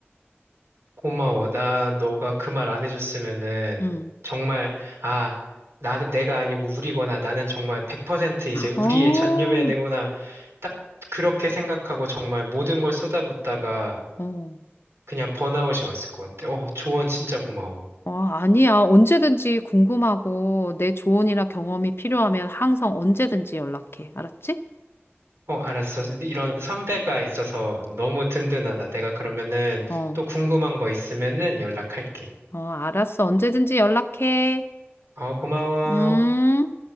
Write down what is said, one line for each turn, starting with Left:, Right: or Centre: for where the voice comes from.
Right: 고마워. 나 너가 그 말 안 해줬으면은
Left: 음.
Right: 정말 아 나는 내가 아니고 우리구나. 나는 정말 100% 이제 우리에
Left: 어,
Right: 전념해야 되구나. 딱 그렇게 생각하고 정말 모든 걸 쏟아붓다가
Left: 어.
Right: 그냥 번아웃이 왔을 것 같아. 어 조언 진짜 고마워.
Left: 어, 아니야. 언제든지 궁금하고 내 조언이나 경험이 필요하면 항상 언제든지 연락해. 알았지?
Right: 어 알았어. 이런 선배가 있어서 너무 든든하다. 내가 그러면은
Left: 어,
Right: 또 궁금한 거 있으면은 연락할게.
Left: 어, 알았어. 언제든지 연락해.
Right: 어 고마워.
Left: 음.